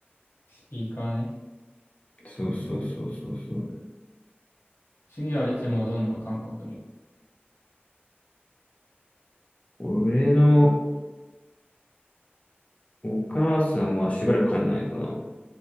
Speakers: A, on the left; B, on the left.
A: スピーカーね。
B: そうそうそうそうそう。
A: 次はいつ戻んの韓国に。
B: 俺のお母さんはしばらく帰んないのかな。